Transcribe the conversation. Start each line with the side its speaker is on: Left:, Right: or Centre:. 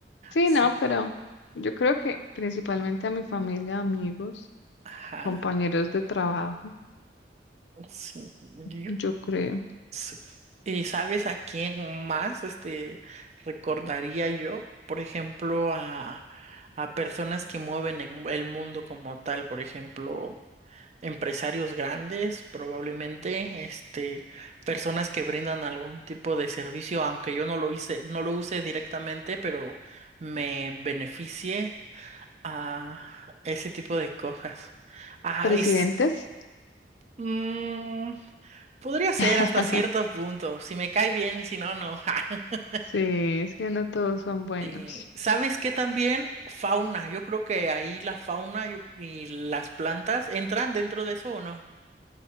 Left: Sí,
Right: sí.
Left: no, pero yo creo que principalmente a mi familia, amigos,
Right: Ajá,
Left: compañeros de trabajo,
Right: sí. Yo
Left: yo creo.
Right: Sí. ¿Y sabes a quién más este recordaría yo? Por ejemplo, a, a personas que mueven en el mundo como tal, por ejemplo, empresarios grandes, probablemente, este, personas que brindan algún tipo de servicio, aunque yo no lo hice, no lo use directamente, pero me beneficie a ese tipo de cosas. Ajá,
Left: Presidentes.
Right: y s- mm, Podría ser
Left: <laughs>
Right: hasta cierto punto. Si me cae bien y si no, no. <laughs>
Left: Sí, es que no todos son buenos.
Right: Sí. ¿Sabes qué también? Fauna. Yo creo que ahí la fauna yo- y las plantas entran dentro de eso o no.